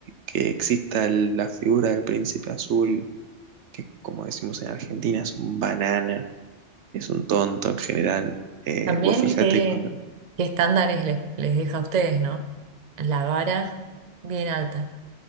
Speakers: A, on the right; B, on the right.
A: que exista el- la figura del príncipe azul que como decimos en Argentina es un banana, es un tonto en general. Eh,
B: También
A: vos fíjate
B: qué,
A: cuando...
B: qué estándares les, les deja a ustedes, ¿no? La vara bien alta.